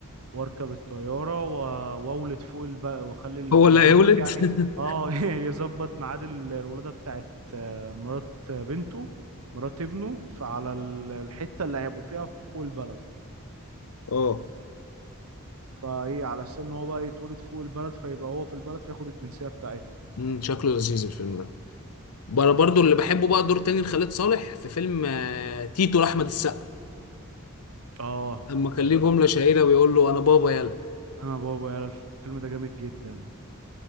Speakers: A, on the right; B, on the left.
A: واركب الطياره و- واولد فوق البقى واخلي ال-
B: هو اللي
A: يظبط
B: هيولد
A: يعني
B: <laughs>
A: اه <laughs> يظبط ميعاد ال- الولاده بتاعت آه، مرات بنته مرات ابنه فعلى ال- الحته اللي هيبقوا فيها فوق البلد
B: أه
A: فايه على اساس ان هو بقى يتولد فوق البلد فيبقى هو في البلد فياخد الجنسيه بتاعتها
B: مم. شكله لذيذ الفيلم ده بر- برضو اللي بحبه بقى دور تاني لخالد صالح في فيلم آه، تيتو لأحمد السقا
A: اه
B: لما كان
A: ال...
B: ليه جملة شهيرة بيقول له أنا بابا يلا
A: انا بابا يا الفيلم ده جامد جدا